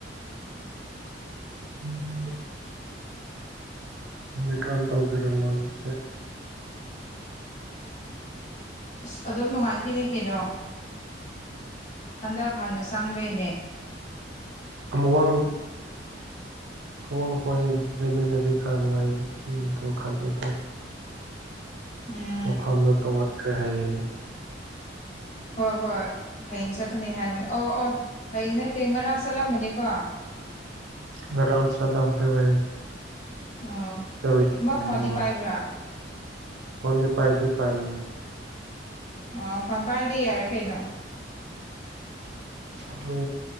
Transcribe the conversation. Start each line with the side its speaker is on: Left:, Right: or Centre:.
Right: ꯑꯗꯨ ꯈꯪꯗꯦ ꯀꯔꯝ ꯇꯧꯒꯦꯔ ꯃꯥꯒꯤꯁꯦ
Left: ꯑꯁ ꯑꯗꯨꯝ ꯅꯨꯡꯉꯥꯏꯈꯤꯅꯤ ꯀꯩꯅꯣ ꯍꯟꯗꯛ ꯍꯥꯟꯅ ꯆꯪꯕꯩꯅꯦ
Right: ꯑꯃ ꯋꯥꯡ <inaudible> ꯑꯋꯥꯡ ꯍꯣꯏ ꯂꯩꯃꯤꯟꯅꯔꯗꯤ ꯈꯔ ꯅꯨꯡꯉꯥꯏ ꯈꯜꯂꯦꯗꯣ
Left: ꯎꯝ
Right: ꯃꯐꯝꯗꯣ ꯇꯣꯡꯉꯟꯈ꯭ꯔꯦ ꯍꯥꯏꯌꯦꯅꯦ
Left: ꯍꯣꯏ ꯍꯣꯏ ꯍꯌꯦꯡ ꯆꯠꯀꯅꯤ ꯍꯥꯏꯕꯅꯤ ꯑꯣ ꯑꯣ ꯍꯌꯦꯡ ꯅꯠꯇꯦ ꯉꯔꯥꯡ ꯆꯠꯂꯝꯕꯅꯤꯀꯣ
Right: ꯉꯔꯥꯡ ꯆꯠꯂꯝꯈ꯭ꯔꯦ ꯍꯥꯢ
Left: ꯑꯣ
Right: ꯍꯥꯏꯌꯦ
Left: ꯃ ꯐꯣꯟꯗꯤ ꯄꯥꯏꯕ꯭ꯔꯥ
Right: ꯃꯥꯗꯤ ꯄꯥꯏꯗꯤ ꯄꯥꯏꯌꯦ
Left: ꯑꯣ ꯐꯣꯜ ꯄꯥꯏꯔꯗꯤ ꯌꯥꯔꯦ ꯀꯩꯅꯣ
Right: ꯑꯗꯨ